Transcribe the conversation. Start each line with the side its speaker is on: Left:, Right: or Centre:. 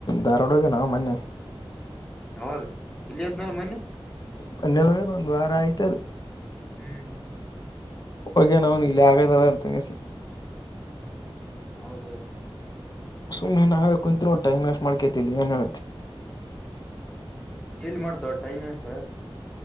Left: ಧಾರವಾಡ ಹೋಗ್ಯಾನ ಮೊನ್ನೆ.
Centre: ಯಾವಾಗ ಇಲ್ಲೇ ಇದ್ನಾಲ್ಲ ಮೊನ್ನೆ.
Left: ಮನ್ನೆ ಹೋಗ್ಯಾನ ಒಂದು ವಾರ ಆಯ್ತ.
Centre: ಹ್ಮ್ ಹ್ಮ್
Left: ಹೋಗ್ಯನ ಅವ್ನ ಇಲ್ಲಿ ಆಗದಾರ ಅಂತಂಗಿಸನ.
Centre: ಹೌದೌದು.
Left: ಸುಮ್ಮನೆ ನಾವೇ ಕುಂತ್ ಟೈಮನ್ವೆಸ್ಟ್ ಮಾಡಕೇತಿ ಏನೆ.
Centre: ಎಲ್ಲಿ ಮಾಡ್ತಾವ ಟೈಮ್ ವೆಸ್ಟ್.